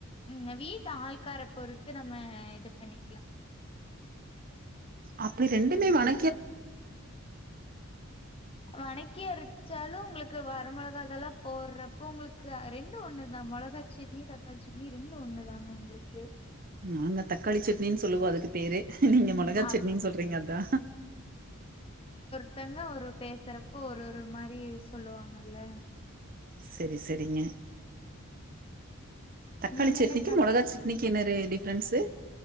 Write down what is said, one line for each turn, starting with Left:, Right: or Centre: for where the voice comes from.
Left: இவங்க வீட் அஆ க்கார பொறுத்து நம்ம இது பண்ணி
Right: அப்ப ரெண்டுமே வண
Left: வணக்கி அரச்சாலு உங்களுக்கு வ ர மொளகா அதெல்லா போட்றப்போ உங்களுக்கு அ, ரெண்டு ஒன்னு தா மொளகா சட்னி தக்காளி சட்னி ரெண்டு ஒன்னு தாங்க உங்களுக்கு
Right: நாங்க தக்காளி சட்னின் சொல்லுவோ அதுக்கு பேரு நீங்க மொளகா
Left: அப்
Right: சட்னின் சொல்றீங்க அதா
Left: த்தங்க ஒரு பேசறப்போ ஒரு ஒரு மாரி சொல்லுவாங்கல்ல
Right: செரி செரிங்க தக்காளி
Left: நீங்க
Right: சட்னிக்கு
Left: என்ன
Right: மொளகா சட்னிக்கு என்ன ரே டிஃப் ப்ரெண்ஸு